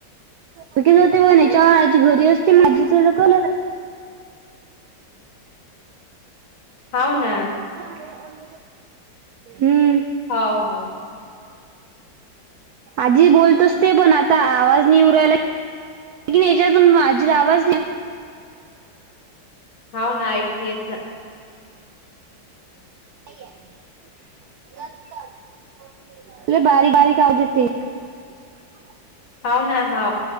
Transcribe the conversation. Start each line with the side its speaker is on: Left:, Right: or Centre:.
Right: तक <unintelligible> ज ते बनच्या आजी घरी असते ते माझी <unintelligible> कल
Left: हो ना
Right: कने <unintelligible> हम
Left: हो, हो.
Right: आजी बोलतोच ते पण आता आवाज नि उरायला न याच्यातून माझीला आवाज द्या
Left: हाव ना ऐकू येत नाही
Right: म <unintelligible> बारीक बारीक प्रजतिक <unintelligible>
Left: हा ना <unintelligible> हा